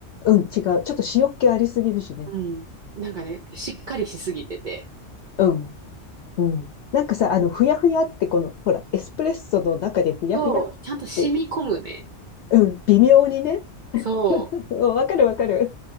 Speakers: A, on the left; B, on the right.
A: うん、違う。ちょっと塩っ気ありすぎるしね。
B: うん。なんかね、しっかりしすぎてて、
A: うん。うん。なんかさ、あの、ふやふやってこの、ほら、エスプレッソの中でふやふやって、
B: そう、ちゃんと染み込むね、
A: うん、微妙にね。<laughs>
B: そ
A: うんわかるわかる。